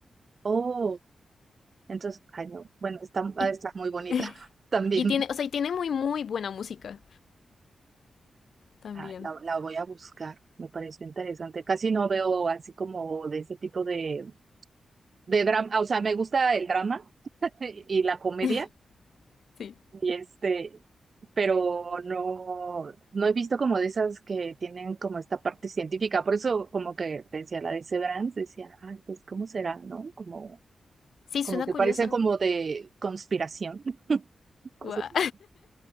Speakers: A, on the right; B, on the left.
A: oh, entonces, ay, no, bueno, está, ha
B: Y,
A: de estar muy bonita
B: <laughs>
A: <laughs> también.
B: y tiene, o sea, y tiene muy, muy buena música también.
A: Ah, La, la voy a buscar, me pareció interesante. Casi no veo así como de ese tipo de, de drama, o sea, me gusta el drama <laughs> y la comedia,
B: <laughs> Sí.
A: y este, pero no, no he visto como de esas que tienen como esta parte científica. Por eso, como que decía la de Severance, decía, ay, pues, ¿cómo será, no? Como,
B: Sí,
A: como
B: suena
A: que
B: curiosa.
A: parecen como de conspiración, <laughs> cosas
B: Guau.
A: así.